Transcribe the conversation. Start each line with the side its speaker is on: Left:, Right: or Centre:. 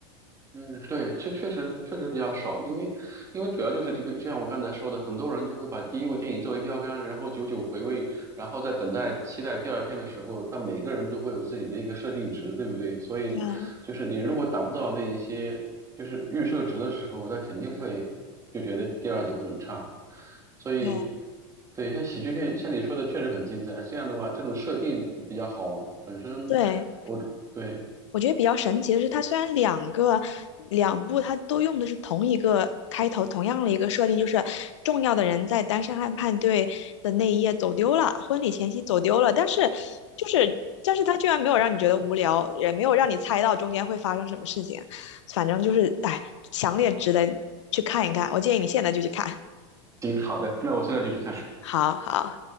Right: 嗯对，这确实确实比较少，因为因为主要就是这个，就像我刚才说的，很多人就会把第一部电影作为标杆，然后久久回味，然后在等待期待第二片的时候，他每个人都会有自己的一个设定值，对不对？所以就是你如果达不到那一些就是预设值的时候，
Left: 对
Right: 他肯定会就觉得第二集会很差。所以
Left: 对。
Right: 对，像喜剧片，像你说的确实很精彩。这样的话，这种设定就比较好玩，本身
Left: 对，
Right: 我对，
Left: 我觉得比较神奇的是，它虽然两个两部它都用的是同一个开头，同样的一个设定，就是重要的人在单身汉派对的那一夜走丢了，婚礼前夕走丢了，但是就是但是它居然没有让你觉得无聊，也没有让你猜到中间会发生什么事情，反正就是哎，强烈值得去看一看，我建议你现在就去看。
Right: 行，好的，那我现在就去看。
Left: <laughs> 好好。